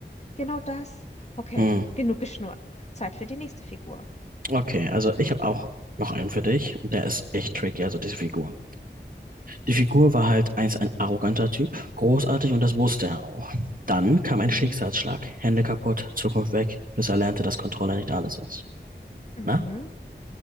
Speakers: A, on the left; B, on the right.
A: Genau das. Okay,
B: Hm.
A: genug geschnurrt. Zeit für die nächste Figur.
B: Okay, also ich habe auch noch einen für dich und der ist echt tricky, also diese Figur. Die Figur war halt einst ein arroganter Typ, großartig und das wusste er auch. Dann kam
A: Mhm.
B: ein Schicksalsschlag, Hände kaputt, Zukunft weg, bis er lernte, dass Kontrolle nicht alles ist.
A: Mhm.
B: Na?